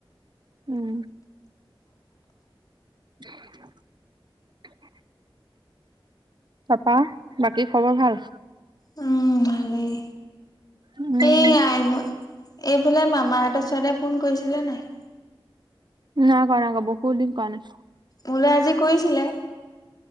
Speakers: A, on the right; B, on the left.
A: উম <inaudible> তাৰপা বাকী খবৰ ভাল?
B: উম ভালেই,
A: উম
B: এয়া মই এইফালে মামাহঁতৰ ছোৱালীয়ে ফোন কৰিছিলে নাই?
A: নাই কৰা আক বহুত দিন কৰা নাই।
B: মোলৈ আজি কৰিছিলে।